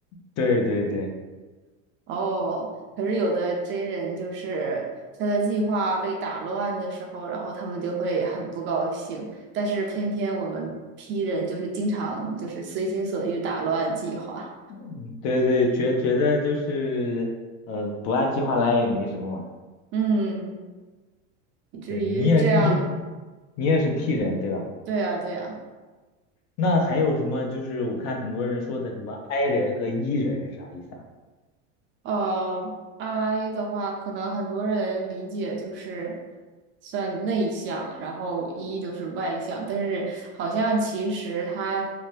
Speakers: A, on the left (about 45°); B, on the right (about 35°).
A: 对对对，
B: 哦，可是有的真人就是他的计划被打乱的时候，然后他们就会很不高兴。但是偏偏我们 P 人就是经常就是随心所欲打乱计划，
A: 嗯，对对，觉觉得就是，呃，不按计划来也没什么嘛。
B: 嗯，以至于这样，
A: 对，你也你你也是 P 人对吧？
B: 对呀，对呀。
A: 那还有什么？就是我看很多人说的什么 I 人和 E 人是啥意思啊？
B: 呃，I 的话，可能很多人理解就是算内向，然后 E 就是外向，但是好像其实它